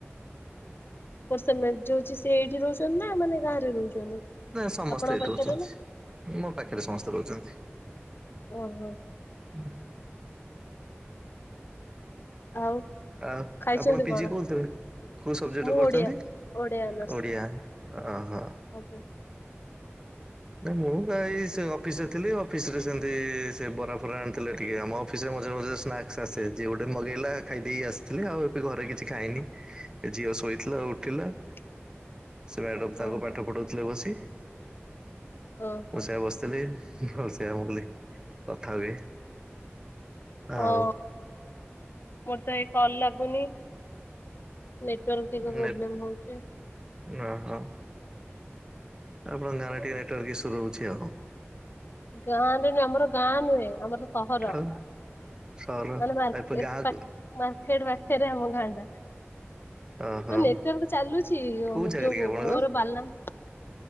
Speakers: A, on the left (about 55°); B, on the right (about 20°).
A: ପ ର ସେମାନେ ଯୋଉଚ ସେ ଏଇଠି ରହୁଛନ୍ତି ନା ମାନେ ଗାଁରେ ରହୁଛନ୍ତି।
B: ନାଇ ସମସ୍ତେ
A: ଆପଣଙ୍କ
B: ଏଇଠି
A: ପାଖରେ
B: ରହୁଛନ୍ତି
A: ନା
B: ମୋ ପାଖରେ ସମସ୍ତେ ରହୁଛନ୍ତି।
A: ଓହୋ
B: ହୁଁ
A: ଆଉ
B: ଆଉ
A: ଖାଇଛନ୍ତି
B: ଆପଣ ପିଜି
A: କଣ?
B: କୋଉଥିରେ? କୋଉ ସବଜେକ୍ଟରେ
A: ମୁଁ
B: କରୁଛନ୍ତି
A: ଓଡିଆ ଓଡିଆ ଅନର୍ସ
B: ଓଡିଆ ଓହୋ।
A: ଆଜ୍ଞା
B: ନା ମୁଁ ଏଇ ସେ ଅଫିସ ରେ ଥିଲି ଅଫିସ ରେ ସେମିତି ସେ ବରା ଫରା ଆଣିଥିଲେ ଟିକେ ଆମ ଅଫିସରେ ମଝିରେ ମଝିରେ ସ୍ନାକ୍ସ୍ ଆସେ ଯିଏ ଗୋଟେ ମଗେଇଲା ଖାଇଦେଇକ ଆସିଥିଲେ ଆଉ ଏବେ ଘରେ କିଛି ଖାଇନିି ଝିଅ ଶୋଇଥିଲା ଉଠିଲା
A: <inaudible>
B: ସେ ମ୍ୟାଡ଼ମ୍ ତାଙ୍କୁ
A: ଓହୋ
B: ପାଠ ପଢ଼ଉଥିଲେ ବସି
A: ଓହୋ
B: ମୁଁ ସେଆ ବସିଥିଲି ହ ସେଆ ମୁ କଲି କଥା ହୁଏ
A: ହଁ
B: ଆଉ
A: ମୋର ତ ଏଇ କଲ ଲାଗୁନି ନେଟୱାର୍କ ଟିକେ ପ୍ରୋବ୍ଲେମ୍
B: ନେ
A: ହଉଛି
B: ଓହୋ ଆପଣଙ୍କ ଗାଁ ନେଟାର୍କ ଇସୁ ରହୁଛି ଆଉ
A: ଗାଁରେ ନୁହେଁ ଆମର ଗାଁ ନୁହେଁ ଆମର ସହର
B: ଆଉ ସହର
A: ମାନେ ମାର୍କେଟ
B: ଗାଁକୁ
A: ପାଖ ମାର୍କେଟ ପାଖରେ ଆମ ଗାଁ ଟା
B: ଓହୋ
A: ହ ନେଟୱାର୍କ ଚାଲୁଛି
B: କୋଉ ଜାଗାରେ
A: ଯୋଉ
B: କି ଆପଣଙ୍କ?
A: ମୋର ବାଲାନ୍ସ